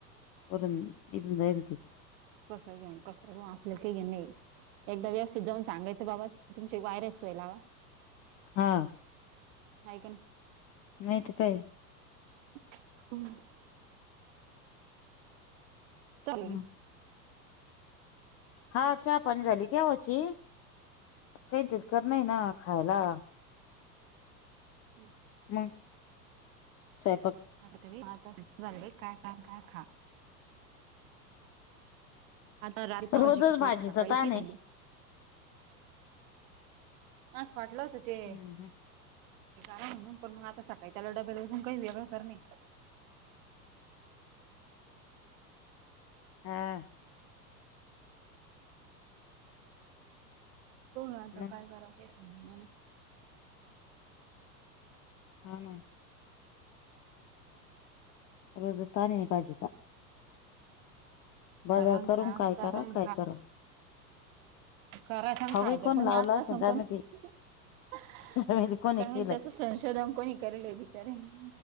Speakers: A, on the left; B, on the right.
A: <unintelligible> वटण इ जायलती.
B: कसं घ्यानं कसं आपल्याला काही घे नाही. एकदा व्यवस्थित जाऊन सांगायचं, बाबा तुमची वायरस सोईलवा.
A: हांआ..
B: हाय का? नाही.
A: नाही त कांय.
B: <unintelligible> हंमः चालेल
A: हम् हा चहा पाणी झाली घ्यावची. केयितर कर नईना खायाला.
B: हमः
A: हमः स्वयपाक.
B: आ त तेबी वादलय काय टाक काय खा. आताात रातपावजी
A: रोजच
B: की काय?
A: भाजीचा
B: येतेलं
A: ताण
B: कीं
A: आहे
B: खायली. आस वाटलं होते.
A: हम्म हम्म
B: <unintelligible> हे का म्हणून पण मग, आता सकाळी त्याला डब्याला अजून काही वेगळं कर नाही.
A: हं अं..
B: हो ना आता
A: मग
B: काय करावं सज.
A: हाना.. रोज तान अय बाजीचा. बाजार
B: करांग
A: करून
B: खा
A: काय
B: करांग
A: करा? काय करा?
B: करायचा
A: हवंय
B: खायचा
A: कोण
B: पण
A: लावला
B: <unintelligible>
A: असेल काय माहिती काय माहिती कोणी
B: काय
A: केलं
B: त्याच संशोधन कोणी करले बिचाऱ्यानी.